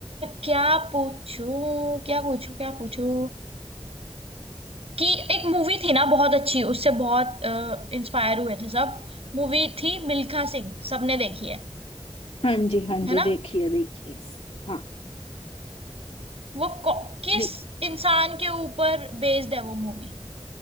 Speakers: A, on the right; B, on the left.
A: क्या पूछूं क्या पूछूं क्या पूछूं कि एक मूवी थी ना बहुत अच्छी उससे बहुत इंस्पायर हुए थे सब मूवी थी मिल्खा सिंह सबने देखी है
B: हाँ जी हाँ
A: है
B: जी
A: ना
B: देखिए देखिए हाँ
A: वो कौ- किस
B: देख
A: इंसान के ऊपर बेस्ड है वो मूवी